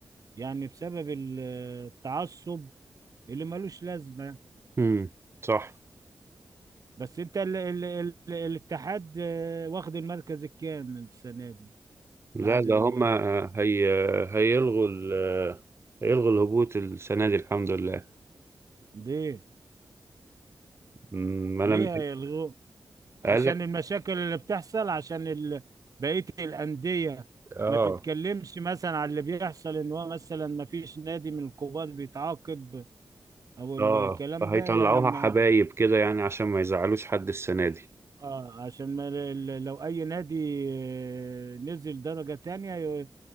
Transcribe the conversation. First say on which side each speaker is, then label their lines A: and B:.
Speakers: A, on the right; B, on the right.
A: يعني بسبب ال- التعصب اللي ملوش لازمه يعني.
B: امم صح
A: بس انت ال... ال... ال... الاتحاد آه، واخد المركز الكام السنه دي
B: لا
A: لحد دلوقتي
B: ده هما هي... هيلغوا ال... هيلغوا الهبوط السنة دي الحمد لله
A: ليه
B: أمم، ما انا
A: ليه هيلغوه عشان
B: قال لك
A: المشاكل اللي بتحصل عشان ال... بقيه الانديه
B: اه
A: ما تتكلمش مثلا على اللي بيحصل ان هو مثلا ما فيش نادي من الكبار بيتعاقب او الكلام
B: اه فهيطلعوها
A: ده يعني ما
B: حبايب كده يعني عشان ما يزعلوش حد السنة دي
A: آه عشان ما ل- لو اي نادي آه، نزل درجة تانية ي-